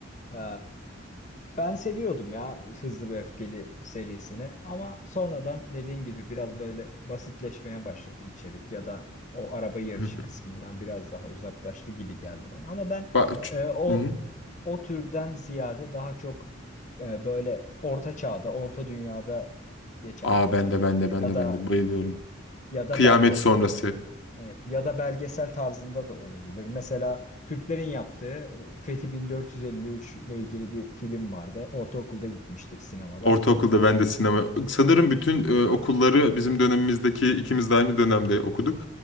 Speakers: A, on the left; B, on the left.
A: Ee, Ben seviyordum ya Hızlı ve Öfkeli serisini ama sonradan dediğin gibi biraz böyle basitleşmeye başladı içerik ya da o araba yarışı
B: Hı hı.
A: kısmından biraz daha uzaklaştı gibi geldi bana. Ama ben
B: Ba- ç-
A: e, o
B: hı hı.
A: o türden ziyade daha çok e, böyle orta çağda, orta dünyada geçen
B: Aa ben
A: filmleri
B: de ben de ben
A: ya
B: de
A: da
B: ben de bayılıyorum.
A: ya da
B: Kıyamet
A: belgesel
B: sonrası.
A: Evet, ya da belgesel tarzında da olabilir. Mesela Türklerin yaptığı e, Fethi 1453 ile ilgili bir film vardı. Ortaokulda gitmiştik sinemada.
B: Ortaokulda ben de sinema. Sanırım bütün e, okulları bizim dönemimizdeki ikimiz de aynı dönemde okuduk.